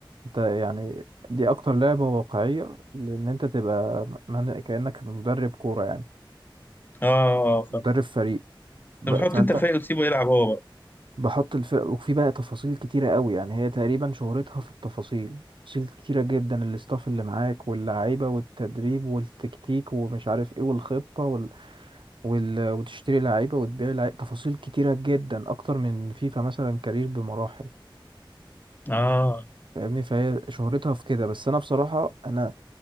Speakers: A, on the right; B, on the left.
A: انت يعني دي اكتر لعبة واقعية لان انت تبقى من... كأنك مدرب كورة يعني
B: آه، ف
A: مدرب فريق ب...
B: طب بتحط
A: فانت
B: انت الفايق وتسيبه يلعب هو بقى
A: بحط الفرق وفي بقى تفاصيل كتيرة قوي يعني هي تقريبا شهرتها في التفاصيل تفاصيل كتيرة جدا الاستاف اللي معاك واللعيبة والتدريب والتكتيك ومش عارف ايه والخطة وال... وتشتري لعيبة وتبيع لعيبة تفاصيل كتيرة جدا أكتر من فيفا مثلا كارير بمراحل
B: اه
A: فاهمني فهي شهرتها في كده بس أنا بصراحة أنا